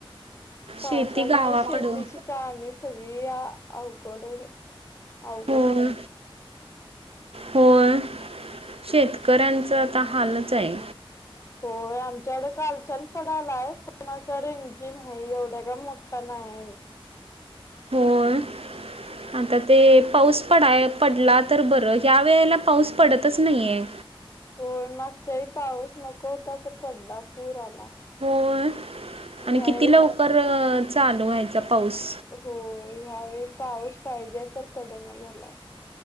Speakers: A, on the left; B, on the right.
A: पावसामुळे
B: शेती गावाकडं
A: शेतीची कामे सगळी अवघडऽऽ अवघड
B: होय
A: झालंय.
B: होय,, शेतकऱ्यांचं आता हालचं हाय.
A: होय, आमच्याकडं कालचान पडालाय पणा असं रिंमझीम आय, एवढा काय मोठा नाय. हाय.
B: होय, आता तेऽऽ पाऊस पडाय पडला तर बरं,, ह्या वेळेला पाऊस पडतच नाही येय.
A: होय, मागच्यावेळी पाऊस नको होता तर पडला, पूर आला.
B: होय,
A: ह्या
B: आणि किती
A: ह्या
B: लवकर अंऽऽ चालू व्हायचा पाऊस.
A: होय, ह्यावेळी पाऊस पाहिजे तर पडना झालाय.